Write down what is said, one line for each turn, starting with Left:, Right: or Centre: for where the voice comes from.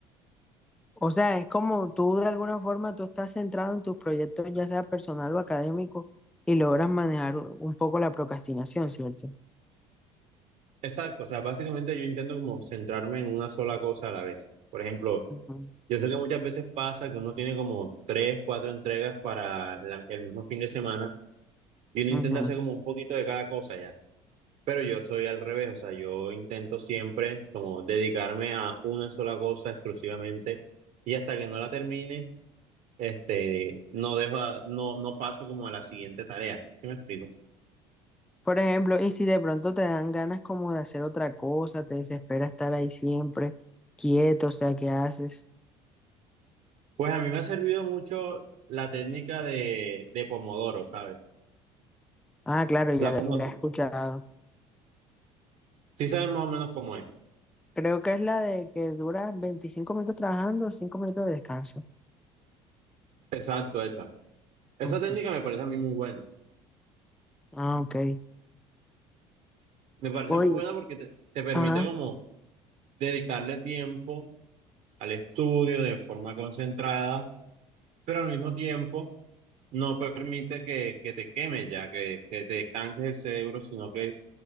Centre: O sea, es como tú de alguna forma, tú estás centrado en tus proyectos, ya sea personal o académico, y logras manejar un poco la procrastinación, ¿cierto?
Right: Exacto, o sea, básicamente yo intento como centrarme en una sola cosa a la vez. Por ejemplo,
Centre: Ujú,
Right: yo sé que muchas veces pasa que uno tiene como tres, cuatro entregas para la- el mismo fin de semana y uno
Centre: ujú.
Right: intenta hacer como un poquito de cada cosa ya. Pero yo soy al revés, o sea, yo intento siempre como dedicarme a una sola cosa exclusivamente y hasta que no la termine, este, no dejo, a- no, no paso como a la siguiente tarea. ¿Sí me explico?
Centre: Por ejemplo, y si de pronto te dan ganas como de hacer otra cosa, te desespera estar ahí siempre quieto, o sea, ¿qué haces?
Right: Pues a mí me ha servido mucho la técnica de, de Pomodoro, ¿sabes?
Centre: Ah, claro, ya
Right: La
Centre: la,
Right: conozco.
Centre: la he escuchado.
Right: Sí sabes más o menos cómo es.
Centre: Creo que es la de que dura 25 minutos trabajando, 5 minutos de descanso.
Right: Exacto, esa. Esa
Centre: Ujú.
Right: técnica me parece a mí muy buena.
Centre: Ah, ok.
Right: Me parece
Centre: Oye,
Right: muy buena porque te, te permite
Centre: ajá.
Right: como dedicarle tiempo al estudio de forma concentrada, pero al mismo tiempo no permite que, que te queme ya, que, que te canses el cerebro, sino que